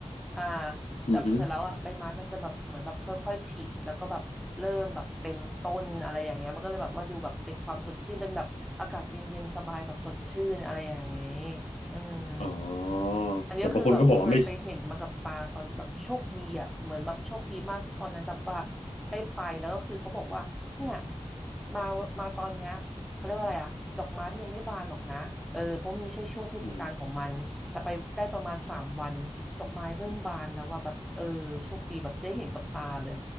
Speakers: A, in the centre; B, on the left.
A: อ่า
B: อือฮึ
A: แต่เสร็จแล้วอ่ะใบไม้มันจะแบบเหมือนแบบค่อยๆผลิแล้วก็แบบเริ่มแบบเต็มต้นอะไรอย่างเงี้ยมันก็เลยแบบว่าดูแบบเป็นความสดชื่นเป็นแบบอากาศเย็นๆสบายแบบสดชื่นอะไรอย่างเงี้ย อืม
B: อ๋อ
A: อันนี้ก็คือแบบเคยไปเห็นมากับตาตอนแบบโชคดีอ่ะเหมือนแบบโชคดีมากที่ตอนนั้นแบบว่า
B: แต่บางคนก็บอกว่าไม่
A: ได้ไปแล้วก็คือเขาบอกว่าเนี่ยมามาตอนเนี้ยเขาเรียกว่าอะไรอ่ะดอกไม้มันยังไม่บานหรอกนะเออเพราะมันไม่ใช่ช่วงเทศกาลของมันแต่ไปได้ประมาณสามวันดอกไม้เริ่มบานแล้วว่าแบบเออโชคดีแบบได้เห็นกับตาเลย
B: อืม